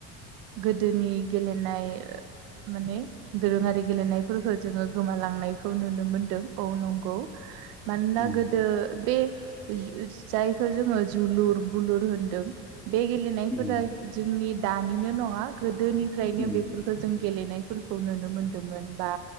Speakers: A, on the right; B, in the centre.
A: गोदोनि गेलेनाय माने दोरोङारि गेलेनायफोरखौ जोङो गोमालांनाय खौ नुनो मोनदों औ नंगौ मानोना
B: उम
A: गोदो बे जायखौ जोङो जोलुर बुलुर होनदों बे गेलेनायफोरा
B: उम
A: जोंनि दानिनो नङा गोदोनिफ्रायनो
B: उम
A: बेफोरखौ जों गेलेनायफोरखौ नुनो मोनदोंमोन बा